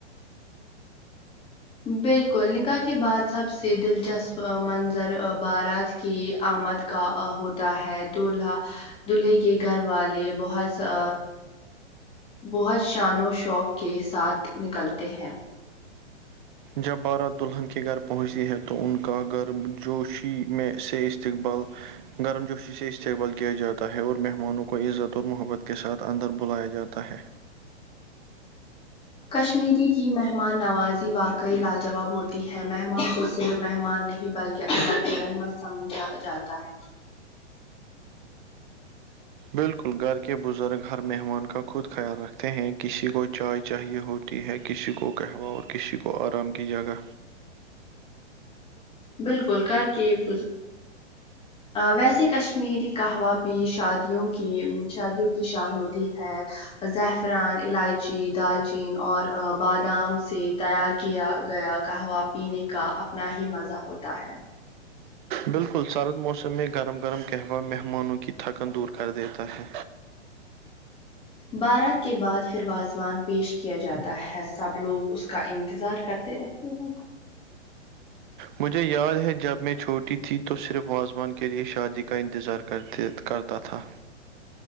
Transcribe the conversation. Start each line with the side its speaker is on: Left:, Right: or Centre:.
Left: بالکل نکاح کے بعد سب سے دلچسپ منظر بارات کی آمد کا ا ہوتا ہے دولہا دولہے کے گھر والے بہت سا بہت شان و شوق کے ساتھ نکلتے ہیں
Right: جب بارات دلہن کے کے گھر پہنچتی ہے تو ان کا گھر جوشی میں سے استقبال گرم جوشی سے استقبال کیا جاتا ہے اور مہمانوں کو عزت اور محبت کے ساتھ اندر بلایا جاتا ہے
Left: کشمیری کی مہمان نوازی واقعی لاجواب ہوتی ہے مہمان کو صرف مہمان نہیں بل کہ اللہ کے رحمت سمجھا جاتا ہے
Right: بالکل گھر کے بزرگ ہر مہمان کا خود خیال رکھتے ہیں کسی کو چائے چاہیے ہو تی ہے کسی کو کہوہ اور کسی کو آرام کی جگہ
Left: بالکل گھر کے بز ویسے کش میری کہوا بھی شادیوں کی شادیوں کی شان ہوتی ہے زعفران الائچی دالچین اور بادام سے تیار کیا گیا قہوہ پینے کا اپنا ہی مزہ ہوتا ہے
Right: بالکل سرد موسم میں گرم گرم قہوہ مہمانوں کی تھکن دور کر دیتا ہے
Left: بارات کے بعد پھر واضوان پیش کیا جاتا ہے سب لوگ اس کا انتظار کرتے رہتے ہیں
Right: مجھے یاد ہے جب میں چھوٹی تھی تو صرف واازوان کے لئے شادی کا انتظار کرتے کرتا تھا